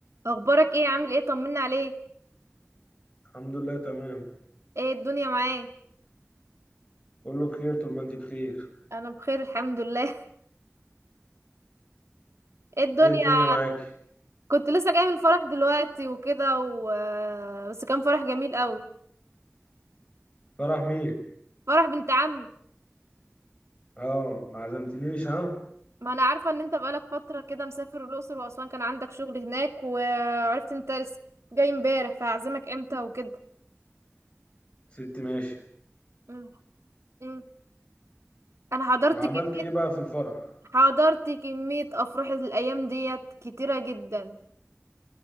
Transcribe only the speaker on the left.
الحمد لله تمام
كله بخير طول ما انت بخير
ايه الدنيا معاكي
فرح مين
اه ما عزمتنيش ها
ست ماشي
وعملت
ايه بقى في الفرح